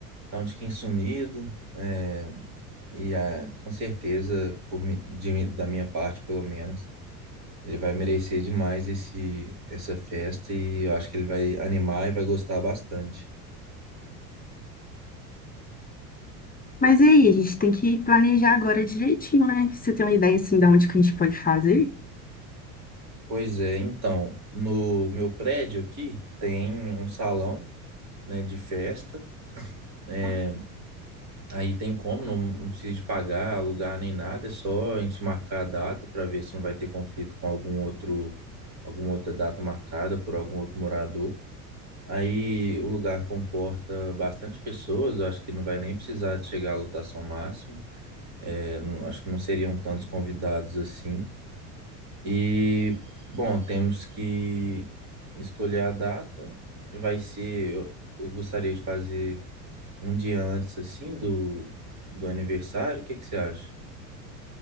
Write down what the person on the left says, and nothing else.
Mas e aí, a gente tem que planejar agora direitinho, né? Você tem uma ideia assim da onde que a gente pode fazer?